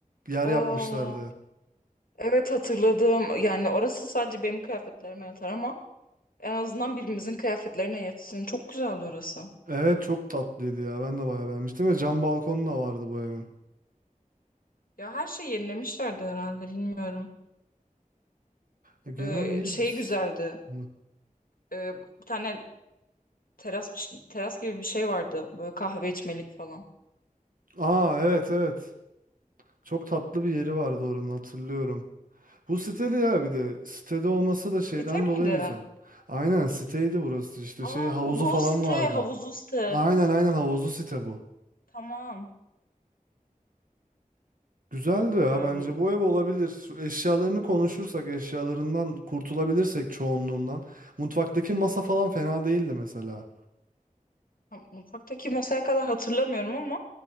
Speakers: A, on the right; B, on the left.
A: yer
B: Aa.
A: yapmışlardı.
B: Evet hatırladım. Yani orası sadece benim kıyafetlerime yatar ama en azından birimizin kıyafetlerine yetsin. Çok güzeldi orası.
A: Evet çok tatlıydı ya. Ben de bayağı beğenmiştim ve cam balkonu da vardı bu evin.
B: Ya her şeyi yenilemişlerdi herhalde bilmiyorum.
A: E, Genel
B: Ee,
A: iyiydi.
B: şey güzeldi.
A: Hı.
B: Ee, bir tane teras teras gibi bir şey vardı. Böyle kahve içmelik falan.
A: Aa evet evet. Çok tatlı bir yeri vardı oranın hatırlıyorum. Bu siteli ya bir de sitede olması da şeyden
B: Site
A: dolayı
B: miydi?
A: güzel. Aynen siteydi burası işte şey
B: Aa
A: havuzu
B: bu
A: falan
B: o site.
A: vardı.
B: Havuzlu site.
A: Aynen aynen havuzlu site bu.
B: Tamam.
A: Güzeldi ya
B: Ee,
A: bence bu ev olabilir. Şu Eşyalarını konuşursak eşyalarından kurtulabilirsek çoğunluğundan. Mutfaktaki masa falan fena değildi mesela.
B: tam- mutfaktaki masaya kadar hatırlamıyorum ama